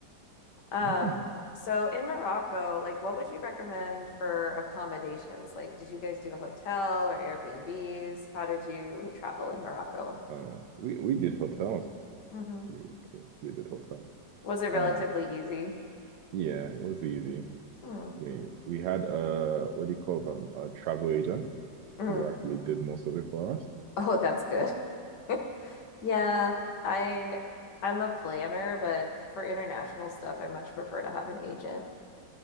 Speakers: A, on the left; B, on the right.
A: Um,
B: like, "Hmm."
A: so in Morocco, like what would you recommend for accommodations? Like, did you guys do a hotel or Airbnbs? How did you travel in Morocco?
B: Um, we we did hotels.
A: hmm
B: We, we actually did hotels.
A: Was it relatively
B: Um,
A: easy?
B: yeah, it was easy.
A: Mm,
B: I mean, we had uh, what do you call them? A travel agent
A: mm.
B: who actually did most of it for us.
A: <laughs> Oh, that's good. <laughs> Yeah, I I'm a planner, but for international stuff, I much prefer to have an agent.